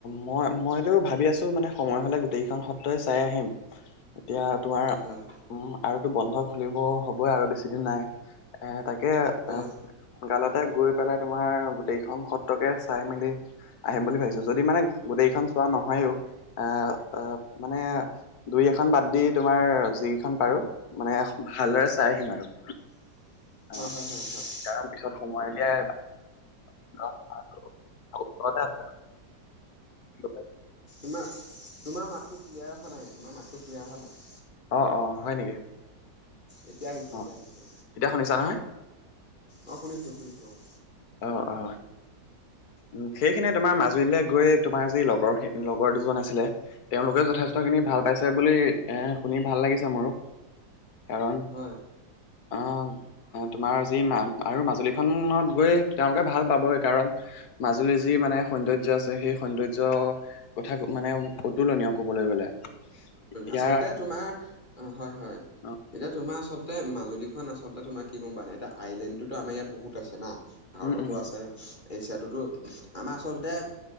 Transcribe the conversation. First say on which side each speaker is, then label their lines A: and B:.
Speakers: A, on the left; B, on the left.
A: মই মইতো ভাবি আছো মানে সময় হলে গোটেইকেইখন সত্ৰই চাই আহিম। এতিয়া তোমাৰ
B: হয়
A: উম, আৰু তো বন্ধ খুলিব হ'বই আৰু বেছি দিন নাই এ তাকে।
B: হয়
A: সকালতে গৈ পেলাই তোমাৰ গোটেইখন সত্ৰকে চাই মেলি আহিম বুলি ভাবিছো। যদি মানে গোটেইখন চোৱা নহয়ও আহ, মানে দুই এখন বাদ দি তোমাৰ যিকেইখন পাৰো, মানে ভালদৰে চাই আহিম আৰু। অ,
B: হয় হয় হয় হয়
A: কাৰণ পিছত সময় উলিয়াই। আ <unintelligible>
B: আমাৰ <unintelligible> তোমাৰ মাতটো ক্লিয়াৰ অহা নাই, তুমাৰ মাতটো ক্লিয়াৰ অহা নাই।
A: অ, অ, হয় নেকি?
B: এতিয়া আহিছে,
A: অ
B: এতিয়া আহিছে।
A: এতিয়া শুনিছা নহয়।
B: অ, শুনিছো-শুনিছো অ,
A: অ, অ, উ সেইখিনিয়ে তোমাৰ মাজুলীলৈ গৈ তোমাৰ যি লগৰখি লগৰ দুজন আছিলে। তেওঁলোকেও যথেষ্টখিনি ভাল পাইছে বুলি এ শুনি ভাল লাগিছে মোৰো। কাৰণ
B: হয়।
A: অ, তোমাৰ যি আৰু মাজুলীখনত গৈ তেওঁলোকে ভাল পাবই কাৰণ মাজুলীৰ যি মানে সৌন্দৰ্য আছে সেই সৌন্দৰ্য। কথা মানে অতুলনীয় কবলে গলে। ইয়াৰ
B: আচলতে তোমাৰ অ, হয়-হয়।
A: অ
B: এতিয়া তোমাৰ আচলতে মাজুলীখন আচলতে তোমাৰ কি গম পোৱা নাই এতিয়া আইলেণ্ডটো আমাৰ ইয়াত বহুত আছে না। ভাৰততো
A: উম উম
B: আছে। এছিয়াটোতো আমাৰ আচলতে